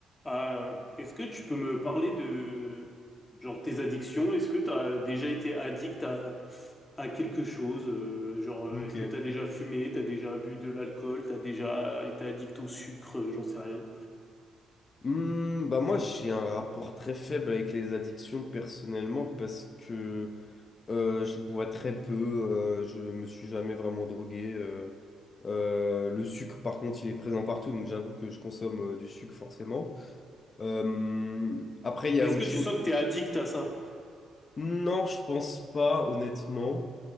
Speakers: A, on the left (about 20°); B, on the left (about 40°).
A: Euh, est-ce que tu peux me parler de genre tes addictions? Est-ce que tu as déjà été addict à, à quelque chose? Euh, genre, euh,
B: Ok.
A: est-ce que tu as déjà fumé, tu as déjà bu de l'alcool, tu as déjà été addict au sucre, euh, j'en sais rien.
B: Hmm, bah moi j'ai un rapport très faible avec les addictions personnellement parce que euh, je bois très peu, euh, je me suis jamais vraiment drogué. euh. Euh, le sucre par contre il est présent partout donc j'avoue que je consomme euh, du sucre forcément. Euh, après il y
A: Mais
B: a
A: est-ce
B: autre
A: que tu
B: chose.
A: sens que tu es addict à ça?
B: Non, je pense pas, honnêtement.